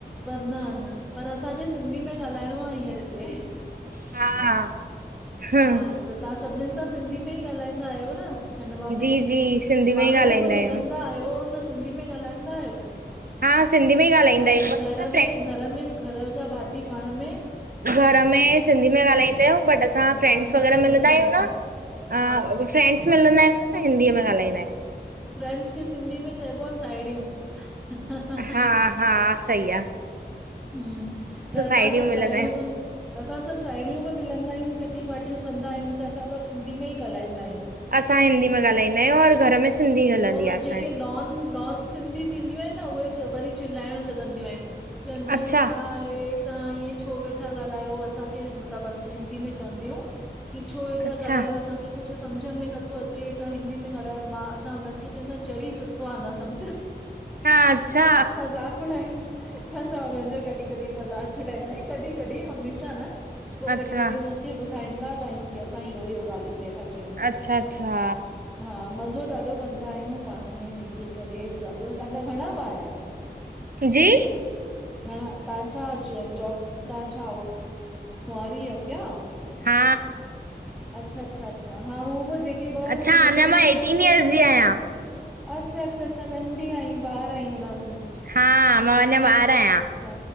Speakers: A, in the centre; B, on the right.
A: पर न न, पर असांखे सिंधी में ॻाल्हाइणो आहे हींअर हिते।
B: हाँ हाँ
A: हा, त तव्हां सभिनीनि सां सिंधी में ई ॻाल्हाईंदा आहियो न? खंडवा
B: जी
A: में,
B: जी सिंधी
A: पाण
B: ई ॻाल्हाईंदा
A: में बि
B: आहियूं
A: मिलंदा आहियो त सिंधी में ॻाल्हाईंदा आहियो?
B: हा सिंधी में ई ॻाल्हाईंदा आहियूं
A: ऐं घर
B: मतिलबु असां फ्रेंड्स
A: में, घर में, घर जा भाती पाण में
B: घर में सिंधी में ॻाल्हाईंदा आहियू, बट असां
A: न
B: फ्रेंड्स
A: असां
B: वग़ैरह
A: त घर
B: मिलंदा आहियूं
A: में न
B: न
A: हा
B: फ्रेंड्स मिलंदा आहियं न, त हिंदीअ में ॻाल्हाईंदा आहियूं।
A: फ्रेंड्स खे सिंधी में चइबो आ, साहेड़ियूं ह, ह ह
B: हा हा, सही आ।
A: हम्म, त असां
B: साहेड़ियूं
A: सभु साड़ियूं
B: मिलंदा आहियूं
A: बि असां सभु साहेड़ियूं बि मिलंदा आहियूं, किटी पार्टियूं कंदा आहियूं, त असां सभु सिंधी में ई ॻाल्हाईंदा आहियूं।
B: असां हिंदी में ॻाल्हाईंदा आहियूं, और घर में सिंधी हलंदी
A: पोइ
B: आ
A: जेके
B: असांजे
A: नॉन, नाॅन सिंधी ईंदियूं आहिनि, उहो वरी चिलाइण लॻंदियूं आहिनि, चंवदियूं
B: अच्छा
A: आहिनि छा हे तव्हां ईअं छो वेठा ॻाल्हायो, असांखे बस हिंदी में चवंदियूं, की छो वेठा
B: अच्छा
A: ॻाल्हायो असांखे कुझु समझ में नथो अचे, त हिंदी में ॻाल्हायो मां त हुननि खे चेंदा आहिनि, चरी सुठो आ न समझ,
B: हा अच्छा
A: मजाक पर, असां हुननि जो कॾीं कॾीं मज़ाक उॾाईंदा आहियूं, कॾीं कॾीं हमेशा न पोइ
B: अच्छा
A: कॾीं कॾीं हुननि खे ॿुधंदा बि आहियूं की असां इहो इहो ॻाल्यूं वेठा चऊं।
B: अच्छा अच्छा
A: हा, मज़ो ॾाढो कंदा आहियूं पाण में मिली करे सभु, तव्हांजा घणा ॿार आहिनि?
B: जी!
A: घणा, तव्हां छा जॉब तव्हां छा कुंआरी हो क्या?
B: हा
A: अच्छा अच्छा अच्छा, हा उहे बि जेके ॿ
B: अच्छा
A: मिलियूं
B: अञा
A: हुयूं
B: मां एटीन
A: उहे ॿई
B: ईयर्स
A: बि
B: जी आहियां
A: अच्छा, अच्छा अच्छा, नंढी आहीं, ॿार आहीं अञां तूं।
B: हा, मां अञां ॿार आहियां।
A: अच्छा